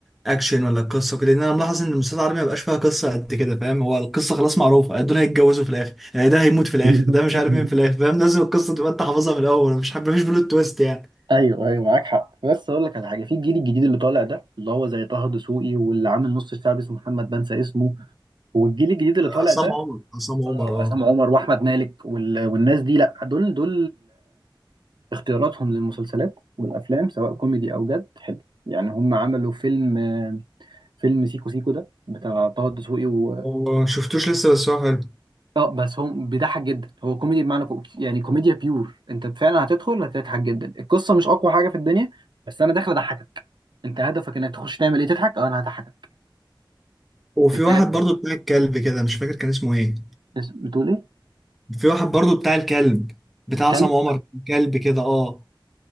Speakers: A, in the centre; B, on the right (about 60°).
A: اكشن ولا قصه وكده لان انا ملاحظ ان المسلسلات العربيه ما بقاش فيها قصه قد كده فاهم هو القصه خلاص معروفه دول هيتجوزوا في الاخر يعني ده هيموت في الاخر
B: <laughs>
A: ده مش عارف مين في الاخر فاهم لازم القصه تبقى انت حافظها من الاول مش حابب مفيش بلوت تويست يعني
B: ايوه ايوه معاك حق بس اقول لك على حاجه في الجيل الجديد اللي طالع ده اللي هو زي طه دسوقي واللي عامل نص الشعب اسمه محمد بنسى اسمه والجيل الجديد اللي طالع
A: عصام
B: ده
A: عمر عصام عمر
B: آه،
A: اه
B: عصام عمر واحمد مالك وال... والناس دي لا دول دول اختياراتهم للمسلسلات والافلام سواء كوميدي او جد حلو يعني هم عملوا فيلم فيلم سيكو سيكو ده بتاع طه الدسوقي و...
A: ما شفتوش لسه بس هو حلو
B: اه بس هو بيضحك جدا هو كوميدي بمعنى كو... يعني كوميديا بيور انت فعلا هتدخل هتضحك جدا القصه مش اقوى حاجه في الدنيا بس انا داخل اضحكك انت هدفك انك تخش تعمل ايه تضحك اه انا هضحكك
A: وفي
B: انت
A: واحد
B: قاعد
A: برضو بتاع الكلب كده مش فاكر كان اسمه ايه
B: بس- بتقول ايه
A: في واحد برضو بتاع الكلب بتاع عصام
B: كلب
A: عمر كلب كده اه